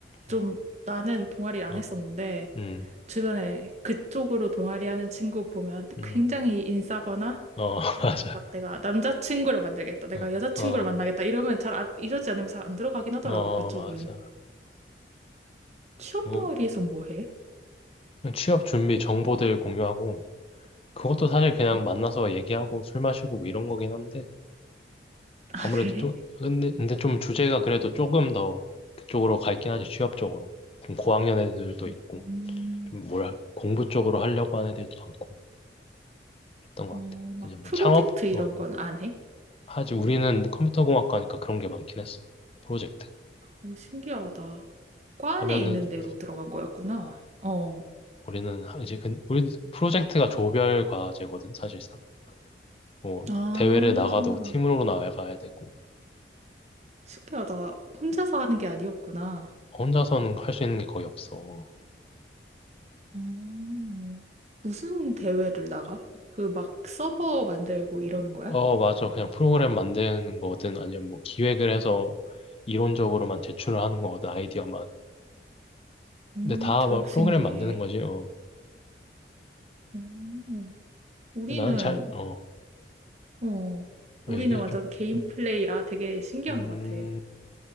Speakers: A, on the right; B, on the left.
A: 좀
B: 응
A: 나는 동아리를 안
B: 어,
A: 했었는데
B: 음,
A: 주변에 그쪽으로 동아리 하는 친구 보면
B: 음,
A: 굉장히 인싸거나
B: 어, <laughs> 맞아.
A: 막 내가 남자친구를 만들겠다, 내가
B: 어,
A: 여자친구를
B: 어,
A: 만나겠다 이러면 잘 안- 이러지 않으면 잘 안 들어가긴 하더라고
B: 어,
A: 그쪽은.
B: 맞아.
A: 취업
B: 그리고
A: 동아리에서 뭐 해?
B: 취업 준비 정보들 공유하고, 그것도 사실 그냥
A: 음.
B: 만나서 얘기하고 술 마시고 뭐 이런 거긴 한데,
A: 아
B: 아무래도
A: 그래?
B: 좀, 근데, 근데 좀 주제가 그래도 조금 더 그쪽으로 갈긴 하지, 취업 쪽으로. 좀 고학년 애들도 있고,
A: 음,
B: 좀 뭘, 공부 쪽으로 하려고 하는 애들도 많고, 했던 것
A: 어,
B: 같아.
A: 막
B: 아니면 뭐
A: 프로젝트
B: 창업,
A: 이런
B: 어,
A: 건 안 해?
B: 하지 우리는 컴퓨터공학과니까 그런 게 많긴 했어. 프로젝트.
A: 오, 신기하다. 과
B: 하면은
A: 안에 있는 대로 들어간 거였구나. 어.
B: 우리는 하- 이제 근- 우리 프로젝트가 조별 과제거든 사실상. 뭐
A: 아,
B: 대회를 나가도 팀으로 나가야 되고
A: 신기하다. 혼자서 하는 게 아니었구나.
B: 혼자서는 할 수 있는 게 거의 없어.
A: 어. 무슨 대회를 나가? 그 막 서버 만들고 이러는 거야?
B: 어 맞아 그냥 프로그램 만드는 거든 아니면 뭐 기획을 해서 이론적으로만 제출을 하는 거거든 아이디어만.
A: 어,
B: 근데 다막
A: 대박
B: 프로그램
A: 신기해.
B: 만드는 거지. 어.
A: 오 우리는,
B: 근데 나는 잘어
A: 어, 우리는
B: 얘기해줘.
A: 완전 개인
B: 음,
A: 플레이라 되게 신기한
B: 음
A: 것 같아.